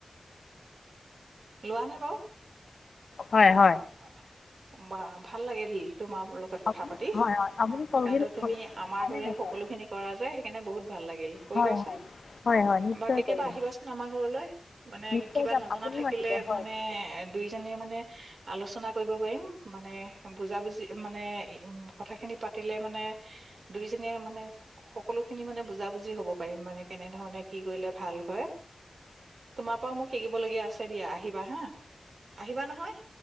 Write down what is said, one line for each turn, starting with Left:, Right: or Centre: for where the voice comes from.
Right: লোৱা নে বাৰু।
Left: হয় হয় হয়
Right: অ। বা ভাল লাগিল। তোমাৰ লগত কথা
Left: আপুনি
Right: পাতি
Left: হয় হয় আপুনি কলডিল
Right: কাৰণো তুমি
Left: কল
Right: আমাৰ
Left: খায়নে
Right: দৰে
Left: নাখায়
Right: সকলোখিনি কৰা যায় সেইকাৰণে বহুত ভাল লাগিল কৰিবাচোন
Left: হয় হয় হয় হয় নিশ্চয়
Right: বা কেতিয়াবা
Left: কৰিম
Right: আহিবাচোন আমাৰ ঘৰলৈ মানে
Left: নিশ্চয়
Right: কিবা
Left: যাম
Right: নজনা
Left: আপুনিও
Right: থাকিলে
Left: আহিব হয়
Right: মানে দুইজনীয়ে মানে। কৰিব পাৰিম মানে বুজা-বুজি মানে উ কথা খিনি পাতিলে মানে দুইজনীয়ে মানে সকলো খিনি মানে বুজা-বুজি হব পাৰিম মানে কেনেধৰণে কি কৰিলে ভাল হয়। তোমাৰ পৰাও মোক শিকিবলগীয়া আছে দিয়া, আহিবা হা, আহিবা নহয়?